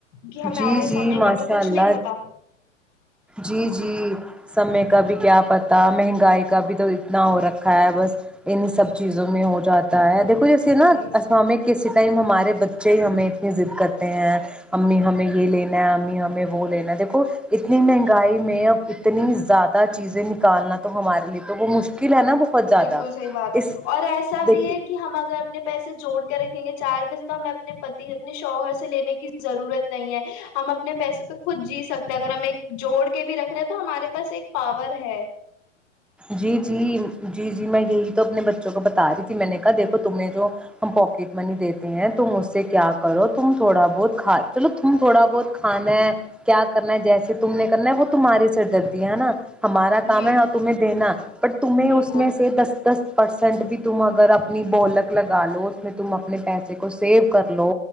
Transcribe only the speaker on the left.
کہ ہمیں
آگے
سمے کا
تو کچھ
نہیں پتا
جی
بالکل صحیح بات ہے
اور ایسا
بھی ہے کہ ہم اگر اپنے پیسے جوڑ کے رکھیں گے چار روپئے سے تو ہمیں اپنے اپنے پتی اپنے شوہر سے لینے کی ضرورت نہیں ہے ہم اپنے پیسوں پہ خود جی سکتے ہیں اگر ہم ایک جوڑ کے بھی رکھ رہے ہیں تو ہمارے پاس ایک پاور ہے
جی
بالکل